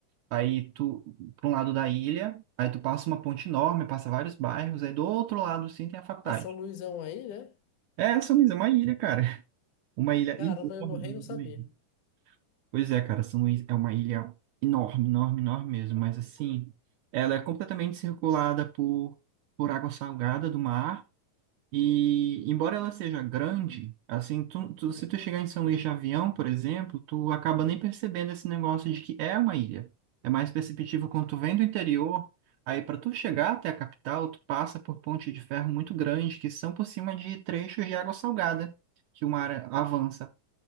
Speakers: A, on the right; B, on the left.
A: aí tu, para um lado da ilha, aí tu passa uma ponte enorme, passa vários bairros, aí do outro lado, sim, tem a faculdade.
B: Ah, São Luizão aí, né?
A: É, São Luís é uma ilha, cara. <laughs> Uma ilha
B: Caramba,
A: enorme.
B: eu no rei não sabia.
A: Pois é, cara, São Luís é uma ilha enorme, enorme, enorme mesmo, mas assim, ela é completamente circulada por, por água salgada do mar, E embora ela seja grande, assim, tu, tu- se tu chegar em São Luís de avião, por exemplo, tu acaba nem percebendo esse negócio de que é uma ilha. É mais perceptível quando tu vem do interior, aí para tu chegar até a capital, tu passa por pontes de ferro muito grandes que são por cima de trechos de água salgada, que o mar avança.